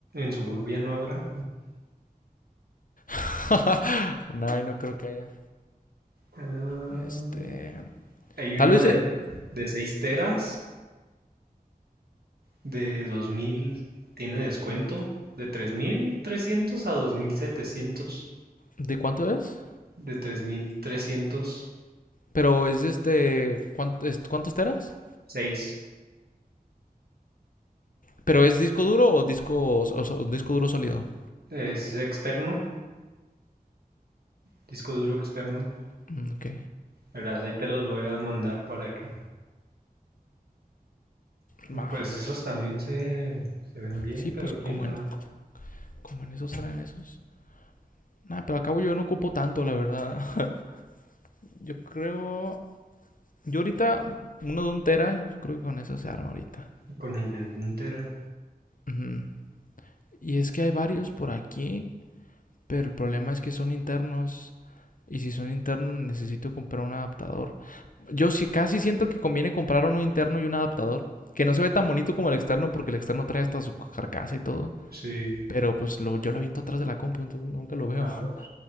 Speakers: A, on the right; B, on the left.
A: Suburbia no habrá.
B: <laughs> no, no creo que haya.
A: Ah,
B: Este.
A: hay uno
B: Tal vez.
A: de,
B: eh,
A: de seis teras de 2000, tiene descuento de 3300 a 2700.
B: ¿De cuánto es?
A: de tres mil trescientos
B: Pero es este. ¿cuánto- es- ¿Cuántos teras?
A: seis.
B: ¿Pero es disco duro o disco, o- o- disco duro sólido?
A: Es externo, disco duro externo.
B: Mm, ok.
A: Verás, ahí te los voy a mandar para que.
B: Va.
A: Pues esos también se, se ven bien,
B: Sí,
A: pero
B: pues como
A: quién sabe.
B: en, como en esos eran esos. Nah, pero acabo yo no ocupo tanto, la verdad. <laughs> Yo creo. Yo ahorita, uno de un tera, yo creo que con eso se arma ahorita.
A: Con el de entera
B: Ujú. Y es que hay varios por aquí, pero el problema es que son internos. Y si son internos, necesito comprar un adaptador. Yo sí, casi siento que conviene comprar uno interno y un adaptador. Que no se ve tan bonito como el externo, porque el externo trae hasta su carcasa y todo.
A: Sí,
B: Pero pues lo, yo lo aviento atrás de la compu, entonces nunca lo veo.
A: a
B: <laughs>
A: ver.